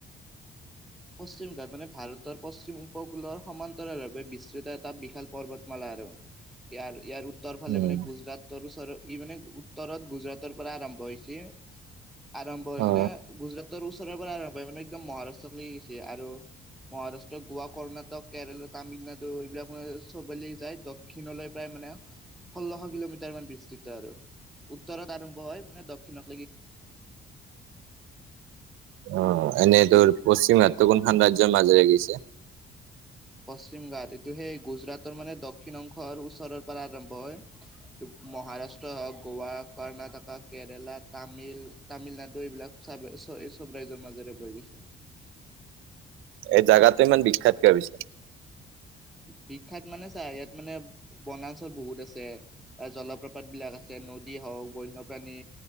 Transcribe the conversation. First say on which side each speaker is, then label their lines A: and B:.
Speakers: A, in the centre; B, on the right.
A: পশ্চিম ঘাট মানে ভাৰতৰ পশ্চিম উপকূলৰ সমান্তৰালভাৱে বিস্তৃত এটা বিশাল পৰ্বতমালা হয় আৰু ইয়াৰ ইয়াৰ উত্তৰ ফালে
B: উম
A: মানে গুজৰাটৰ ওচৰ ই মানে উত্তৰত গুজৰাটৰ পৰা আৰম্ভ হৈছে আৰম্ভ হয়
B: অ
A: মানে গুজৰাটৰ ওচৰৰ পৰা আৰম্ভ হয় মানে একদম মহাৰাষ্ট্ৰত লাগি গৈছে আৰু মহাৰাষ্ট্ৰ গোৱা কৰ্ণাটক কেৰেলা তামিলনাডু এইবিলাক মান চবলে যায় দক্ষিণলৈ প্ৰায় মানে ষোল্লশ কিলোমিটাৰ মান বিস্তৃত আৰু উত্তৰত আৰম্ভ হয় মানে দক্ষিণত
B: অ এনে তোৰ পশ্চিমত কোনখান ৰাজ্যৰ মাজেৰে গৈছে
A: পশ্চিম ঘাট এইটো সেই গুজৰাটৰ মানে দক্ষিণ অংশৰ ওচৰৰ পৰা আৰম্ভ হয় তো মই মহাৰাষ্ট্ৰই হওক গোৱা কৰ্ণাটকা কেৰেলা তামিল তামিলনাডু এইবিলাক চাইব চ এই চব ৰাজ্যৰ মাজেৰে বৈ গৈছে
B: এই জাগাটো ইমান বিখ্যাত কিয় পিছে
A: উ বিখ্যাত মানে চা ইয়াত মানে বনাঞ্চল বহুত আছে অ জলপ্ৰপাত বিলাক আছে নদী আ হওক বন্যপ্ৰাণী